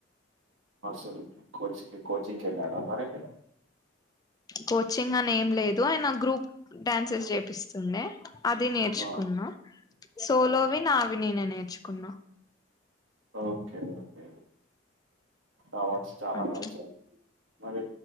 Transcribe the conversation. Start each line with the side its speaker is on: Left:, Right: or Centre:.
Right: మాస్టరు కోచింగ్ కోచింగ్ కి వెళ్ళారా మరి ఎక్కడ
Left: కోచ్ చ్చింగ్ అనేం లేదు ఆయన గ్రూప్ డ్యాన్సెస్ చెప్ పిస్తుండే అది నేర్చుకున్నా
Right: ఆ!
Left: సోలోవి
Right: ఆహా!
Left: నావి నేనే నేర్చుకున్నా
Right: ఓకే. ఓకే. అవార్డ్స్ చాలానే
Left: అట్లా
Right: వచ్చాయి మరి